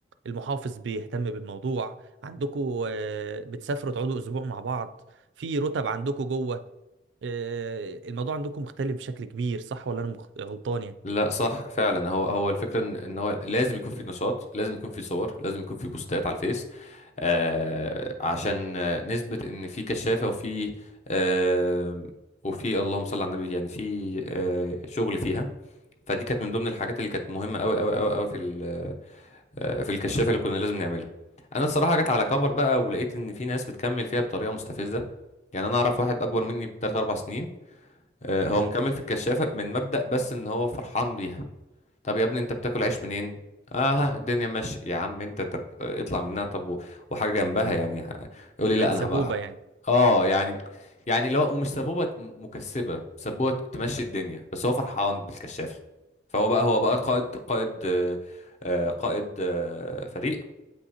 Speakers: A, on the right; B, on the left.
A: المحافظ بيهتم بالموضوع عندكم آه، بتسافروا تقعدوا اسبوع مع بعض في رتب عندكم جوه آه، الموضوع عندكم مختلف بشكل كبير صح ولا انا مخ... غلطان يعني
B: لا صح فعلا هو هو الفكره ان إن هو لازم يكون في نشاط لازم يكون في صور لازم يكون في بوستات على الفيس آه عشان آه، نثبت ان في كشافه وفي آه وفي اللهم صل على النبي يعني في آه شغل فيها فدي كانت من ضمن الحاجات اللي كانت مهمه قوي قوي قوي قوي في ال- آه، في الكشافه اللي كنا لازم نعملها انا الصراحه جت على كبر بقى ولقيت ان في ناس بتكمل فيها بطريقه مستفزه يعني انا اعرف واحد اكبر مني بثلاث اربع سنين آه، هو
A: امم
B: مكمل في الكشافه من مبدأ بس ان هو فرحان بيها طب يا ابني انت بتاكل عيش منين اه الدنيا ماشي يا عم انت طب آه، اطلع منها طب و- وحاجه جنبها يعني ه- يقول لي
A: بقت
B: لا
A: سبوبه
B: انا هبقى
A: يعني
B: اه يعني يعني اللي هو ومش سبوبه م- مكسبه سبوبه تمشي الدنيا بس هو فرحان بالكشاف فهو بقى هو بقى قائد قائد آه، آه، قائد آه، فريق